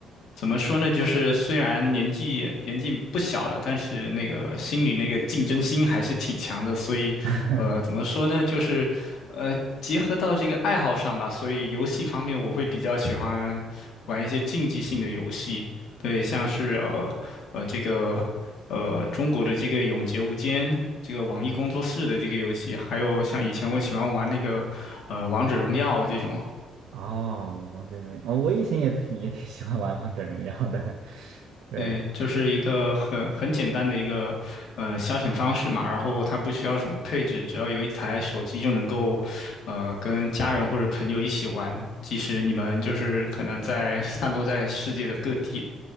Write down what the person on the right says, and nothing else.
<laughs>
哦，王者荣耀，哦，我以前也挺也挺喜欢玩王者荣耀的，<laughs> 对，